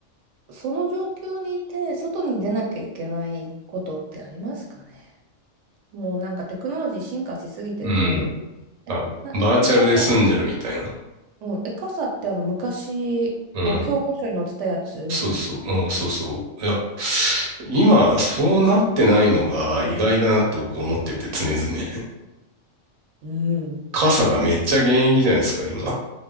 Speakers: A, on the right; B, on the right.
A: その状況にいて、外に出なきゃいけないことってありますかねもうなんかテクノロジー進化しすぎてて、
B: うん。
A: え、
B: あ、
A: な、
B: バーチャルで済んじゃるみたいな。
A: え、傘、うん、え、傘ってあの昔、
B: うん。
A: あの教科書に載ってたやつみたいな。
B: そうそう、うん、そうそう。いや、今、そうなってないのが意外だなって僕思ってて常々。
A: うん、
B: 傘がめっちゃ現役じゃないですか、今。